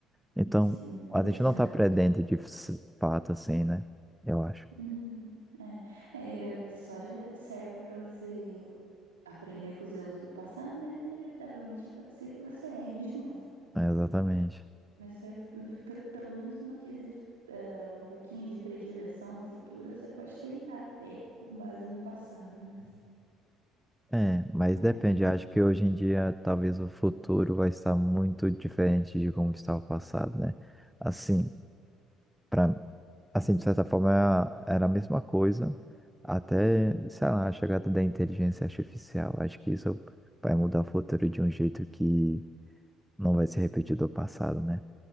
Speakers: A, in the centre; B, on the right.
A: Então,
B: sim,
A: a
B: exato.
A: gente não tá perdendo de s- fato assim, né? Eu acho.
B: Uhum, é. É, eu- história serve para você aprender com os erros do passado, mas inevitavelmente pode ser que você erre de <laughs> novo.
A: É, Exatamente.
B: Mas serve, p- p- pelo menos no quesito, é, um pouquinho de predileção do futuro, você pode tentar ter com base no passado, né?
A: É, mas
B: Aí,
A: depende. Acho que hoje em dia talvez o futuro vai estar muito diferente de como estava o passado, né? Assim, para assim de certa forma era era a mesma coisa até, sei lá, a chegada da inteligência artificial. Acho que isso vai mudar o futuro de um jeito que não vai ser repetido do passado, né?